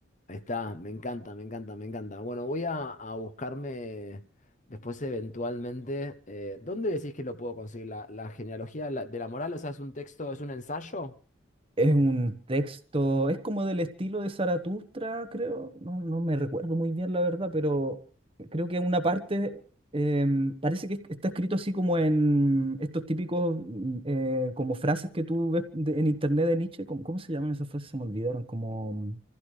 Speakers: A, on the left; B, on the right.
A: Ahí está, me encanta, me encanta, me encanta. Bueno, voy a, a buscarme después eventualmente. eh, ¿dónde decís que lo puedo conseguir? La, la genealogía de la, de la moral, o sea, es un texto, es un ensayo,
B: Es un texto, es como del estilo de Zaratustra, creo. No, no me recuerdo muy bien la verdad, pero creo que una parte em, parece que está escrito así como en estos típicos mm, eh, como frases que tú ves de- en internet de Nietzsche. ¿Cómo, cómo se llaman esas frases? Se me olvidaron, como